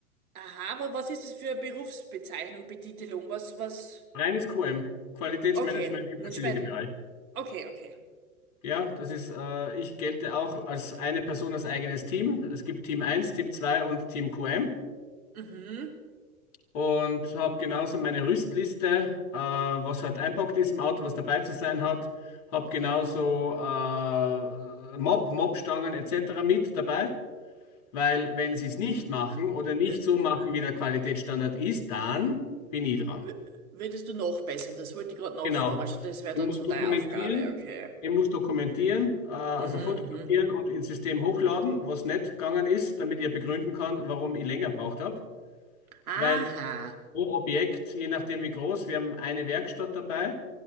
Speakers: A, on the right (about 70°); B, on the left (about 55°).
A: Aha, aber was ist das für eine Berufsbezeichnung, Betitelung? Was, was?
B: Reines QM, Qualitätsmanagement
A: Okay,
B: im
A: nein,
B: Facility-Bereich.
A: spät. Okay, okay.
B: Ja, das ist, äh, ich gelte auch als eine Person als eigenes Team. Es gibt Team eins, Team 2 und Team QM
A: Mhm.
B: und habe genauso meine Rüstliste, äh, was halt einpackt ist im Auto, was dabei zu sein hat. Habe genauso äh, Mob, Mobstangen etc. mit dabei, weil wenn sie es nicht machen oder nicht
A: Äh,
B: so machen, wie der Qualitätsstandard ist, dann bin ich dran.
A: w- Würdest du nachbessern? Das wollte ich gerade nachfragen.
B: Genau.
A: Also das wäre
B: Er
A: dann
B: muss
A: so
B: dokumentieren,
A: deine Aufgabe, okay.
B: er muss dokumentieren, äh, also
A: Mhm,
B: fotografieren
A: mhm.
B: und ins System hochladen, was nicht gegangen ist, damit ich ja begründen kann, warum ich länger braucht habe.
A: Aha,
B: Weil pro Objekt, je nachdem wie groß, wir haben eine Werkstatt dabei,